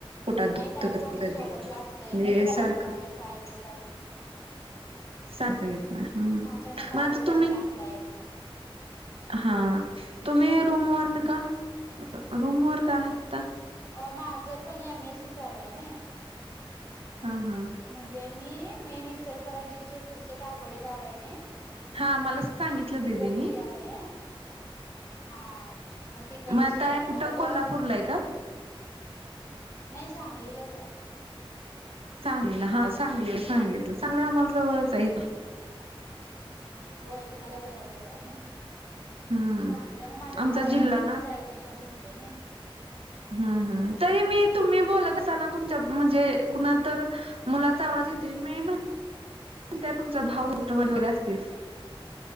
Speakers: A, on the right; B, on the left.
A: पोटात
B: नाहीत
A: दुखत कधी
B: कोणतं
A: कधी
B: सोबत लागतंय
A: म्हणजे
B: सोडा
A: सारखं
B: अचानक काय वेळ कायच
A: सांगता येत नाही हम्म
B: नाचानक काय
A: मग आता
B: होल काय
A: तुम्ही
B: सांगता येत नाही
A: हा तुम्ही
B: काय
A: रूमवर
B: ते
A: का रूमवर का राहतात
B: अ माझं पण एमएससी चालू आहे ना
A: हा हा
B: म्हणजे मी मेन इचलकरंजीचे पुढचे टाकोडे गावा आहे नय
A: हा मला सांगितलं
B: तिकडची
A: दिदीनी
B: आहे हा मग तिकडचे
A: आता
B: आहे
A: कुठं
B: मग.
A: कोल्हापूरला आहे का?
B: नाही सांगलीलाच आहे
A: सांगलीला हा सांगलीला सांगितलं चांगलं आम्हाला आहे
B: होय तुम्हाला जवळच आहे.
A: हम्म.
B: चांगले मग माझ्या
A: आमचा
B: भावाला
A: जिल्हा
B: पण इथेच
A: ना
B: ऍडमिशन भेटलेय ना
A: हम्म हम्म तरी मी तुम्ही बोलत असाल ना तुमच्या म्हणजे कुणा तर मुलाचा आवाज येत मी तुमच्या भाऊ <unintelligible> वगैरे असतील.